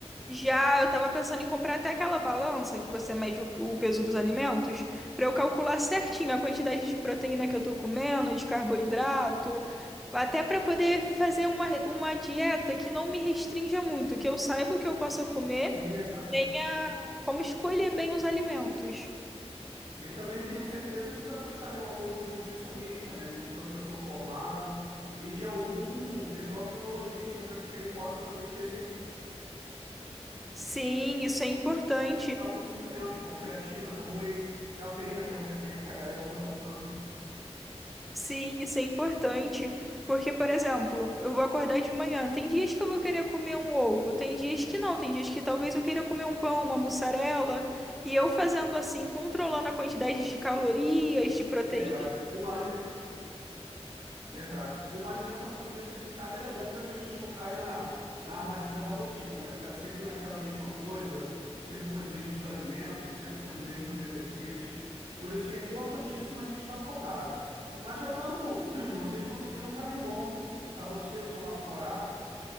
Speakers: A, in the centre; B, on the right.
A: Já eu tava pensando em comprar até aquela balança que você mede o, o peso dos alimentos, pra eu calcular certinho a quantidade de proteína que eu tô comendo, de carboidrato, até pra poder fazer uma, uma dieta que não me restrinja muito, que eu saiba o que eu possa comer,
B: Sim, verdade.
A: tenha como escolher bem os alimentos.
B: E também tenho certeza que vai buscar ali o apoio de um nutricionista, né, de um professor formado e de algum endocrinologista para que ele possa também te receitar
A: Sim, isso é importante.
B: alguns suplementos, como creatina, como whey, cafeína, que é um pré-treino que a galera usa bastante.
A: Sim, isso é importante, porque, por exemplo, eu vou acordar de manhã. Tem dias que eu vou querer comer um ovo, tem dias que não, tem dias que talvez eu queira comer um pão, uma mussarela. E eu fazendo assim, controlando a quantidade de calorias, de proteína,
B: Verdade. Uma alimentação Verdade. Uma alimentação diversificada, ele é bom para que a gente não caia na, na armadilha da rotina, né? Ficar sempre naquela mesma coisa, sempre com os mesmos alimentos, sempre com os mesmos exercícios. Por isso que é importantíssimo a gente estar focado. Mas já tá no, <clears throat> vocês estão seguindo um caminho bom. Tá você, o seu namorado,